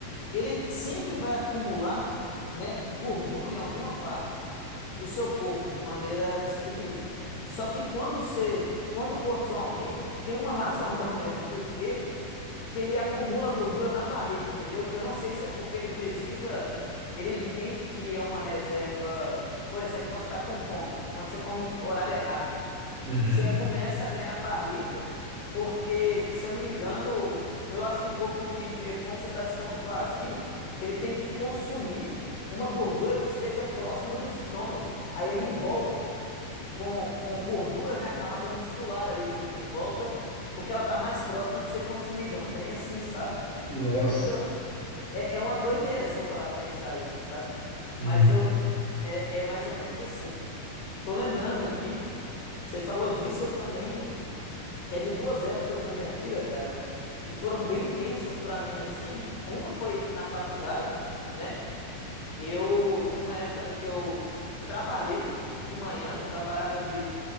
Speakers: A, on the left; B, on the right.
A: ele sempre vai acumular, né, gordura em alguma parte do seu corpo de maneira distribuída. Só que quando você, quando o cortisol aumenta, tem uma razão que eu não lembro por quê, que ele acumula gordura na barriga, entendeu? Eu não sei se é porque ele precisa, ele entende que é uma reserva, por exemplo, quando você está com fome, quando você come em horário errado.
B: Uhum.
A: Você começa a ganhar barriga, porque, se eu não me engano, eu acho que o corpo entende meio que como você está de estômago vazio, ele tem que consumir uma gordura que esteja próxima do estômago. Aí ele envolve com, com gordura, né, a camada muscular ali que fica em volta, porque ela tá mais próxima de ser consumida. É um trem assim, sabe?
B: Nossa.
A: Muito. É, é uma doideira se for parar pra pensar isso, saca?
B: Uhum.
A: Mas eu, é, é mais ou menos assim. Tô lembrando aqui, você falou disso, eu também. Teve duas épocas da minha vida, cara, que foram bem tensas pra mim assim. Uma foi na faculdade, né? Eu tinha uma época que eu trabalhei de manhã, eu trabalhava de